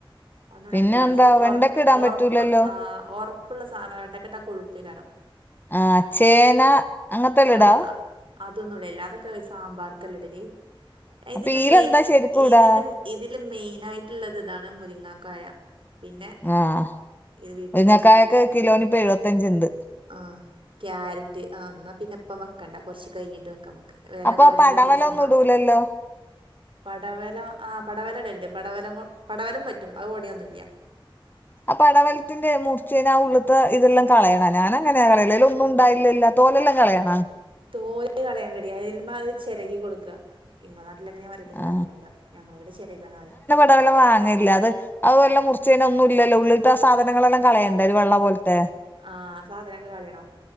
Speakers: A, on the right; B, on the left.
A: അതൊന്നുംടാൻ
B: പിന്നെ
A: റ്റി ല്ല
B: എന്താ
A: പക്ഷെ
B: വെണ്ടക്ക
A: ഒ
B: ഇടാൻ
A: ഒറപ്പ്
B: പറ്റൂലല്ലോ
A: ആഹ് ഒറപ്പുള്ള സാധന വെണ്ടക്കെട്ടാ കൊഴുപ്പെയ്ക്കാരം
B: ആഹ് ചേന അങ്ങനത്തെല്ല
A: ആഹ്
B: ഇടാ
A: അഹ് അതൊന്നും ഇടല്ല അതൊക്കെ സാമ്പാർകല്ലെ ഇടല് ഇതിന്റെ
B: അപ്പൊ ഈലെന്താ
A: മെയ്
B: ശരിക്കും ഇടാ
A: ഇതിന് ഇതില് മെയിൻ ആയിട്ടുള്ളത് ഇതാണ് മുരിങ്ങാക്കായ പിന്നെ
B: ആഹ്
A: ഇത് ബീറ്റ്
B: മുരിങ്ങക്കായക്ക്
A: ഇത്
B: കിലോനിപ്പൊ എഴുവത്തഞ്ച്ണ്ട്
A: ആഹ് ക്യാരറ്റ് ആഹ് ന്നാ പിന്നെ ഇപ്പം വക്കണ്ട കൊറച്ച് കഴിഞ്ഞിട്ട് വെക്കമ്മക്ക് ക്ക് വെല
B: അപ്പൊ
A: കൊറീണൊരു
B: ആ പടവലൊന്നും
A: സീസൺണ്ടാവും
B: ഇടൂലല്ലോ
A: പടവലം ആഹ് പടവലം ഇടല്ണ്ട് പടവലങ്ങ് പടവലം പറ്റും അത് ഒടിയൊന്നുംല്ല
B: അ പടവലത്തിന്റെ മുർച്ചയ്ഞാആ ഉള്ള്ത്തെ ഇതെല്ലാം കളയണം ഞാൻ അങ്ങനെ കളയല് അയ്ല് ഒന്നും ണ്ടായില്ലല്ലോ തോലെല്ലാം കളയണാ
A: തോല് കളയണ്ടടി അതിൻ മ്മെ അത് ച്ചെരകി കൊട്ക്ക്അ ഇങ്ങളെ നാട്ടിൽ എങ്ങനെ പറയല് ഇന്ക്ക്
B: ആ
A: അറിയുല ഞങ്ങള്വ്ടെ ചെരകാന്നാ പറയാ
B: ടവലം വാങ്ങൽല്ല അത് അതുവല്ല മുറിച്ചയിഞ്ഞ ഒന്നും ഇല്ലല്ലോ ഉള്ളിൽത്തെ ആ സാധനങ്ങളെല്ലാം കളയണ്ടെ ഒരു വെള്ള പോലത്തെ
A: ആഹ് ആ സാധനക്കെ കളയണം